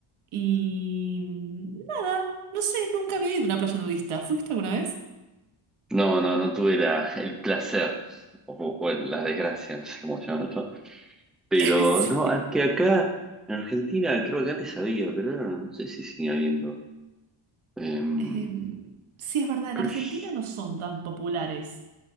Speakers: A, on the right; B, in the centre.
A: y nada, no sé, nunca había ido a una playa nudista. ¿Fuiste alguna vez?
B: No, no, no tuve la- el placer o, o el- la desgracia, no sé cómo llamarlo. Pero
A: <laughs>
B: no, es que acá en Argentina creo que antes había, pero ahora no sé si sigue habiendo. Em,
A: Sí. Em, sí, es verdad,
B: pues,
A: en Argentina no son tan populares.